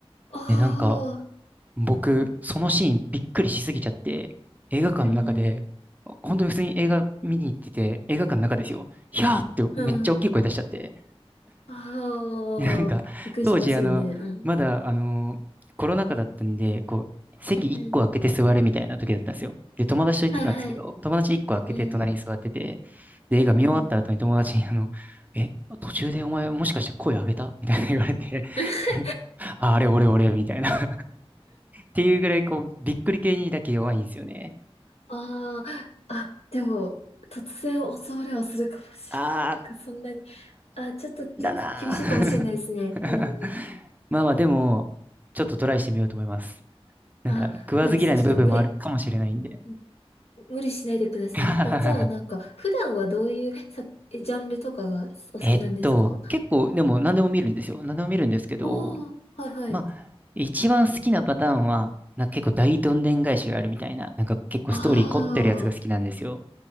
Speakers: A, on the left; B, on the right.
A: あ
B: で、なんか、
A: あ、
B: 僕、そのシーンびっくりしすぎちゃって、映画館の中で、
A: うん。
B: 本当に普通に映画見に行ってて、映画館の中ですよ、ひゃーってめっちゃ大きい声出しちゃって、
A: うん。ああ、
B: <laughs> なんか、
A: びっくりしますよね。
B: 当時、あの、
A: うん。
B: まだ、あの、コロナ禍だったんで、こう、席1個空けて座れみたいな時だったんですよ。
A: うんうん。
B: で、友達と行ってたんですけど、
A: はいはい。
B: 友達1個空けて隣に座ってて、
A: うん
B: で、映画見終わった後に友達に、
A: うん。
B: あの、え、途中でお前もしかして声上げたみたいな <laughs> 言われて、
A: <laughs>
B: <laughs> あ、あれ俺俺みたいな <laughs> っていうぐらい、こう、びっくり系にだけ弱いんですよね。
A: ああ、あ、でも、突然襲われはするかもしれない。
B: あ
A: なんかそんなに、あ、ちょっと、ちょっと厳しいかもしれないですね。
B: あ、<laughs>
A: うん。
B: まあまあ、でも、ちょっとトライしてみようと思います。なんか、
A: あ、
B: 食わず嫌いの部分もあるかもしれないんで。
A: はい。ちょっと無理、うん無理しないでください。
B: <laughs>
A: え、じゃあ、なんか、普段はどういうさ、えジャンルとかがお好きなんですか
B: えっと、結構、でも何でも見るんですよ。何でも見るんですけど、
A: ああー、はいはい。
B: まあ、一番好きなパターンは、なんか結構大どんでん返しがあるみたいな、なんか結構ストーリー凝ってるやつが好きなんですよ。
A: ああ、